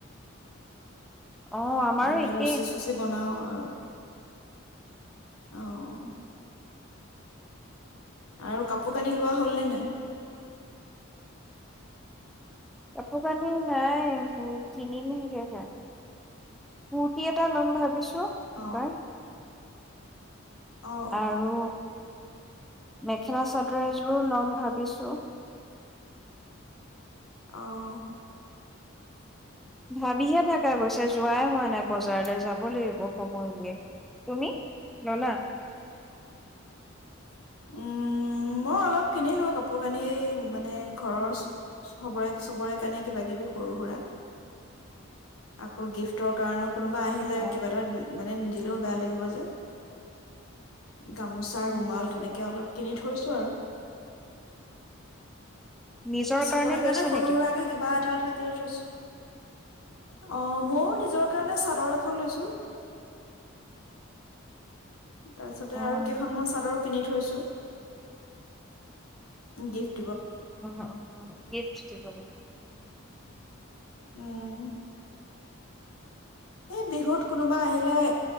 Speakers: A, in the centre; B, on the left (about 85°).
A: অ', আমাৰো
B: এইনে
A: একেই
B: লুচি চুচি বনাও আৰু অঁ আৰু কাপোৰ কানি লোৱা হ'লনে নাই
A: কাপোৰ কানি নাই হে কিনিম হে কুৰ্তি এটা ল'ম ভাবিছো হেল্ল'
B: অ'
A: হা
B: অ'
A: আৰু
B: অ'
A: মেখেলা চাদৰ এযোৰ ল'ম ভাবিছোঁ
B: অহ
A: ভাবিহে থকা গৈছে যোৱাই হোৱা নাই বজাৰলে যাব লাগিব সময় উলিয়াই। তুমি ললা
B: উম মই অলপ কিনিলো কাপোৰ কানি মানে ঘৰৰ চবৰে চবৰে কাৰণে কিবা কিবি সৰু সুৰা আকৌ গিফ্টৰ কাৰণেও কোনোবা আহিলে
A: অ',
B: কিবা এটা মানে দিলেও বেয়া লাগিব যে গামোচা
A: উম,
B: ৰুমাল তেনেকে অলপ কিনি থৈছো আৰু
A: নিজৰ
B: চবৰে
A: লৈছা
B: কাৰণে
A: নে
B: সৰু সুৰাকে কিবা এটা এটা কিনি থৈছো অ মইয়ো নিজৰ কাৰণে চাদৰ এখন লৈছোঁ তাৰপিছতে
A: অ',
B: আৰু কেইখনমান চাদৰ কিনি থৈছো। গিফট
A: উ উ। গিফ্ট দিবলৈ উম,
B: উম এই বিহুত কোনোবা আহিলে